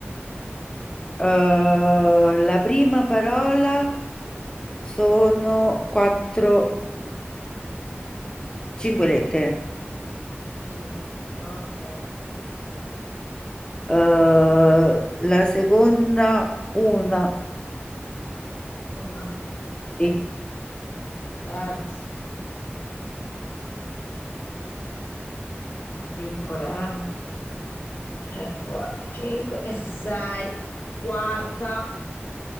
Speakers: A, on the left (about 20°); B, on the left (about 55°).
A: eh, la prima parola sono 4, 5 lettere.
B: Cinque, ok.
A: Eh, la seconda una.
B: Una, ok.
A: 6,
B: Terzo, piccole, eh. Tre, quattro, cinque e sei. Quarta,